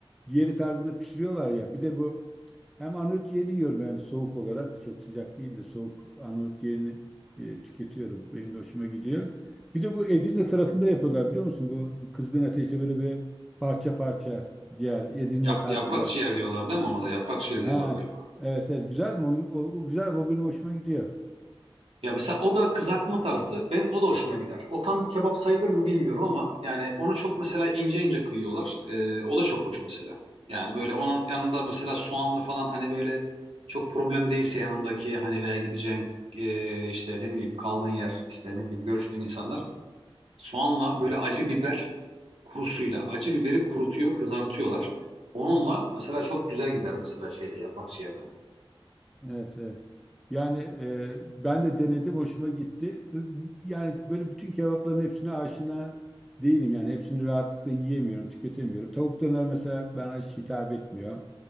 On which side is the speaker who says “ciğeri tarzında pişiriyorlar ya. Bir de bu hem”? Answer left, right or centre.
Centre